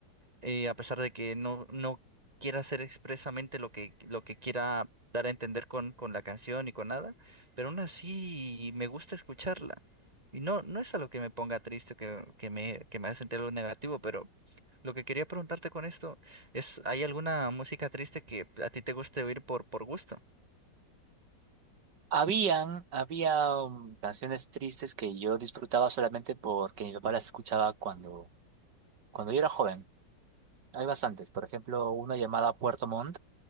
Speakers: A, on the right; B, on the right.
A: eh, a pesar de que no, no quiera hacer expresamente lo que, lo que quiera dar a entender con, con la canción y con nada, pero aún así me gusta escucharla. Y no, no es algo que me ponga triste, que, que me, que me haga sentir algo negativo, pero lo que quería preguntarte con esto es, ¿hay alguna música triste que a ti te guste oír por, por gusto?
B: Habían, había um, canciones tristes que yo disfrutaba solamente porque mi papá las escuchaba cuando, cuando yo era joven. Hay bastantes, por ejemplo, una llamada Puerto Montt